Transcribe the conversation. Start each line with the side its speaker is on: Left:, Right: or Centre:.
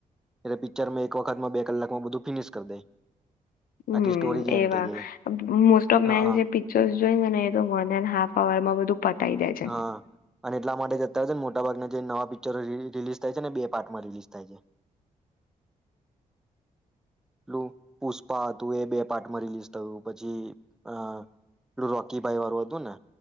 Centre: એટલે પિક્ચરમાં એક વખતમાં બે કલાકમાં બધું ફિનિશ કર દે.
Left: હમ્મ
Centre: આખી સ્ટોરી જ એન્ડ
Left: એવા.
Centre: થઈ જાય
Left: મોસ્ટ ઓફ
Centre: હા
Left: મેન જે પિક્ચર જોઈને ને એ તો વન એન્ડ હાફ આવર માં બધું પ તાઈ જાએ છે.
Centre: હા અને એટલા માટે જતા હોય છે ને મોટા ભાગના જે નવા પિક્ચરો રિલીઝ થાય છે ને બે પાર્ટમાં રિલીઝ થાય છે. એલું પુષ્પા હતું એ બે પાર્ટમાં રિલીઝ થયું પછી અહ પલું રોકી ભાઈ વાળું હતું ને